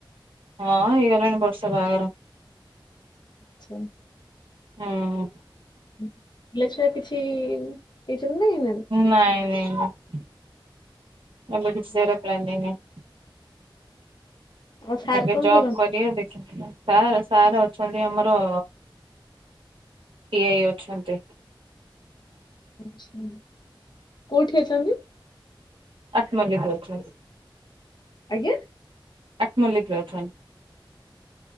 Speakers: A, on the right; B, on the left.
A: ହଁ ହେଇଗଲାଣି ବର୍ଷେ ବାହାଘର।
B: ଆଚ୍ଛା।
A: ଉଁ
B: <inaudible> ପିଲା ଛୁଆ କିଛି ହେଇଛନ୍ତି ନା ହେଇନାହାନ୍ତି?
A: ନାଇଁ ନାଇଁ ନାଇଁ ଏବେ କିଛି ସେଇରା ପ୍ଲାନିଂ ନାଇଁ।
B: ଆଉ ସାର୍
A: ଆଗେ
B: କଣ
A: ଜବ୍
B: କରନ୍ତି
A: କରିଆ ଦେଖିଆ <inaudible> ତାପରେ ସାରେ ଅଛନ୍ତି ଆମର ଟି ଆଇ ଅଛନ୍ତି।
B: ଆଚ୍ଛା କୋଉଠି ଅଛନ୍ତି?
A: ଆଠମଲ୍ଲିକପୁରରେ।
B: ଆଜ୍ଞା।
A: ଆଠମଲ୍ଲିକ୍ ରେ ଅଛନ୍।